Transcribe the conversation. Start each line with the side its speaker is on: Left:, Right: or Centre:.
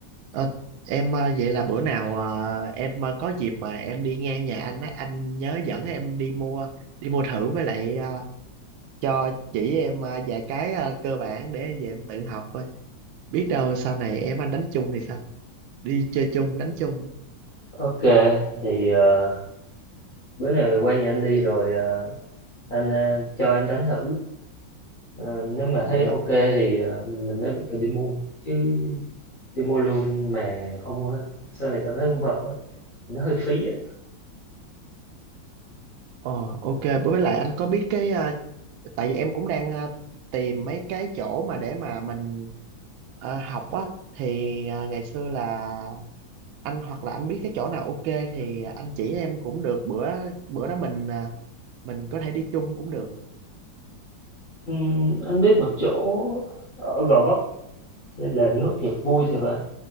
Right: Ờ, em ờ, vậy là bữa nào ờ, em ờ, có dịp mà em đi ngang nhà anh á anh nhớ dẫn em đi mua đi mua thử với lại ờ, cho chỉ em ờ, vài cái ờ, cơ bản để về em tự học coi biết đâu sau này em anh đánh chung thì sao đi chơi chung đánh chung
Left: Ok, thì ờ, bữa nào quay nhà anh đi rồi ờ, Anh, à, cho em đánh thử, ờ, nếu mà
Right: dạ
Left: thấy ok thì, ờ, mình mới bắt đầu đi mua, chứ đi mua luôn mà không á, sau này cảm thấy không hợp á, nó hơi phí á.
Right: Ờ ok với lại anh có biết cái ờ, tại vì em cũng đang à, tìm mấy cái chỗ mà để mà mình à, học á thì à, ngày xưa là anh hoặc là anh biết cái chỗ nào ok thì anh chỉ em cũng được bữa bữa đó mình à, mình có thể đi chung cũng được
Left: Ừm, anh biết một chỗ ở Gò Vấp tên là Nốt Nhạc Vui thì vậy